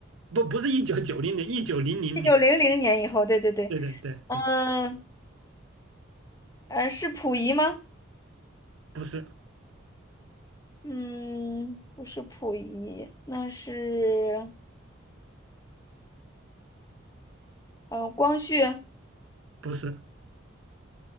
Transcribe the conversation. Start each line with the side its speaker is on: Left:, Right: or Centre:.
Right: 不不是一九九零年，一九零零年。
Left: 一九零零年以后，对对对，
Right: 对对对对，
Left: 嗯呃，是溥仪吗？
Right: 不是
Left: 嗯，不是溥仪，那是呃光绪，
Right: 不是，